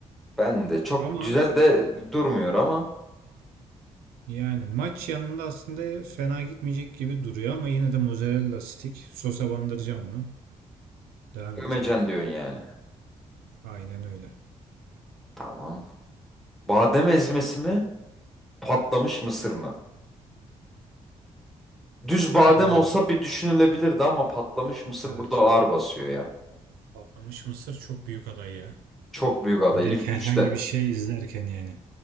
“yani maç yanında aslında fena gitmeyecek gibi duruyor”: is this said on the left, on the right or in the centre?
Right